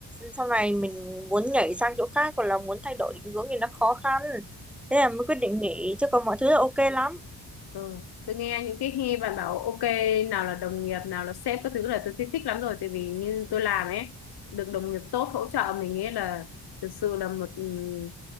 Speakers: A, in the centre; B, on the left (about 65°).
A: Sau này mình muốn nhảy sang chỗ khác hoặc là muốn thay đổi định hướng thì nó khó khăn. Thế là mới quyết định nghỉ chứ còn mọi thứ là ok lắm.
B: rồi tôi nghe những cái khi bạn bảo ok nào là đồng nghiệp nào là sếp các thứ là tôi thích, thích lắm rồi tại vì như tôi làm ấy được đồng nghiệp tốt hỗ trợ mình ấy là thực sự là một ừm,